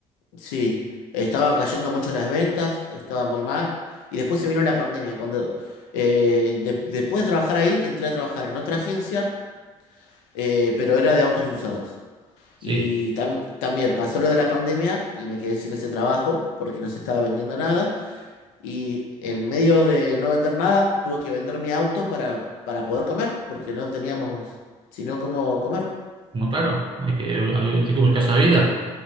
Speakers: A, on the left; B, on the right.
A: sí, estaba cayendo mucho las ventas, estaba muy mal. Y después se vino la pandemia. Cuando, eh, de- después de trabajar ahí, entré a trabajar en otra agencia, eh, pero era de autos usados.
B: sí,
A: Y tam- también pasó lo de la pandemia y me quedé sin ese trabajo porque no se estaba vendiendo nada. Y en medio de no vender nada, tuve que vender mi auto para, para poder comer, porque no teníamos sino cómo comer.
B: muy claro, hay que, hay, hay que buscar esa vida,